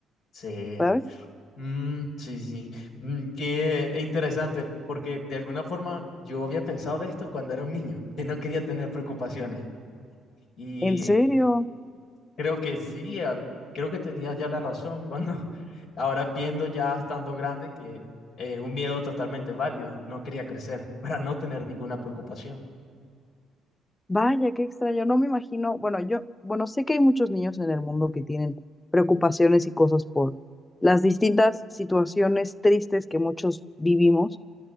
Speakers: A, on the left (about 55°); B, on the left (about 20°).
A: sí.
B: ¿sabes?
A: Mm, sí, sí. Mm, qué interesante, porque de alguna forma yo había pensado de esto cuando era un niño, <laughs> que no quería tener preocupaciones. Y
B: En serio,
A: eh, creo que sí, ah, creo que tenía ya la razón cuando <laughs> ahora viendo ya estando grande que es un miedo totalmente válido. No quería crecer <laughs> para no tener ninguna preocupación.
B: vaya, qué extraño, no me imagino, bueno, yo, bueno, sé que hay muchos niños en el mundo que tienen preocupaciones y cosas por las distintas situaciones tristes que muchos vivimos